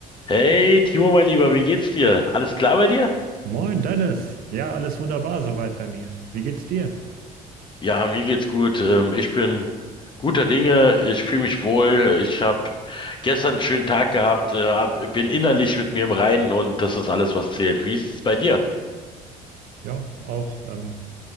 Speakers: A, on the left; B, on the right.
A: Hey, Timo, mein Lieber, wie geht's dir? Alles klar bei dir?
B: Moin Dennis, ja, alles wunderbar soweit bei mir. Wie geht's dir?
A: Ja, mir geht's gut. Ähm, ich bin guter Dinge. Ich fühle mich wohl. Ich habe gestern einen schönen Tag gehabt. Äh, hab, bin innerlich mit mir im Reinen und das ist alles, was zählt. Wie ist es bei dir?
B: Ja, auch ähm,